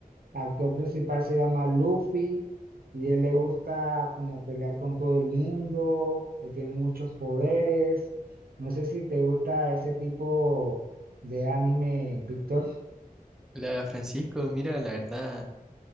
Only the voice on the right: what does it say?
actor principal se llama Luffy y él le gusta como pelear con todo el mundo, que tiene muchos poderes. No sé si te gusta ese tipo de anime, Víctor.